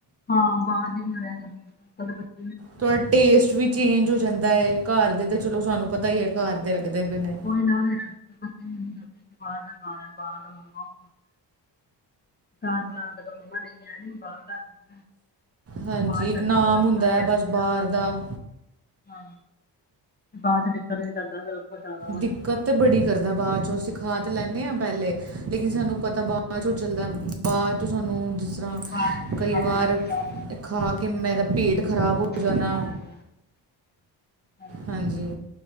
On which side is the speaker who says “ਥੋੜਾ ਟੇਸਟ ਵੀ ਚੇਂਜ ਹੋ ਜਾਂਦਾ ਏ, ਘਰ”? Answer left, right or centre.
Right